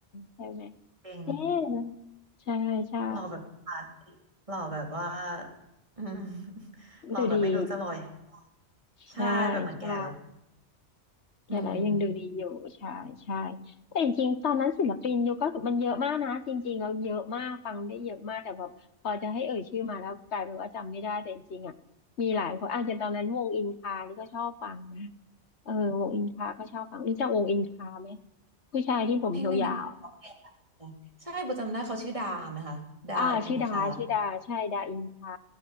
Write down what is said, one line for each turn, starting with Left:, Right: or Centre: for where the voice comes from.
Left: ใช่ไหม
Right: เพลง
Left: เอ๊ะใช่ใช่
Right: หล่อแบบคลาสสิกหล่อแบบว่า <laughs> อืม <laughs> หล่อแบบไม่รู้จะหล่อยังไง
Left: ดูดีใช่
Right: ใช่แบบเหมือนแก่แล้ว
Left: ใช่แก่แล้วยังดูดีอยู่ใช่ใช่
Right: อืม
Left: แต่จริงๆตอนนั้นศิลปินยุคก็มันเยอะมากนะจริงๆเราเยอะมากฟังได้เยอะมากแต่แบบพอจะให้เอ่ยชื่อมาแล้วกลายเป็นว่าจำไม่ได้แต่จริงๆอ่ะมีหลายคนอาจจะตอนนั้นวงอินคานี่ก็ชอบฟังนะ เออวงอินคา ก็ชอบฟังรู้จักวงอินคาไหมผู้ชายที่ผมยาวๆอะ
Right: เพลงหนึ่งนะคะร้องเพลงอะไรนะใช่ประจำได้เขาชื่อดาไหมคะ ดาอินคา
Left: อ่าชื่อดาชื่อดาใช่ดาอินคา